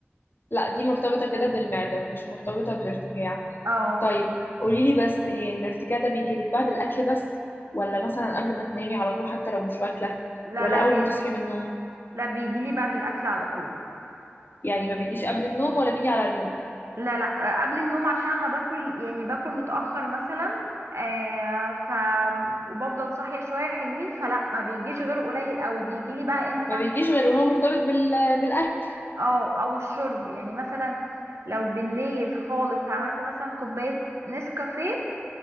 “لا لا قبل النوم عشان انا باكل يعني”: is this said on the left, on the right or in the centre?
Right